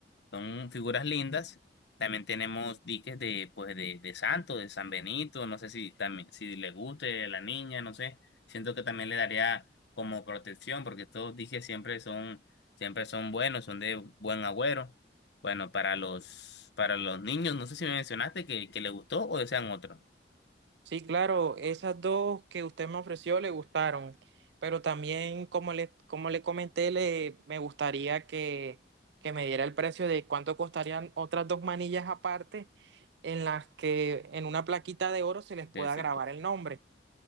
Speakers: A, on the left (about 70°); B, on the right (about 70°).
A: Son figuras lindas. También tenemos diques de, pues, de, de Santo, de San Benito. No sé si también, si le guste a la niña, no sé. Siento que también le daría como protección, porque estos diques siempre son, siempre son buenos, son de buen agüero. Bueno, para los, para los niños, no sé si me mencionaste que, que le gustó o desean otro.
B: Sí, claro, esas dos que usted me ofreció le gustaron, pero también como le, como le comenté, le, me gustaría que, que me diera el precio de cuánto costarían otras dos manillas aparte en las que en una plaquita de oro se les pueda
A: Sí, sí.
B: grabar el nombre.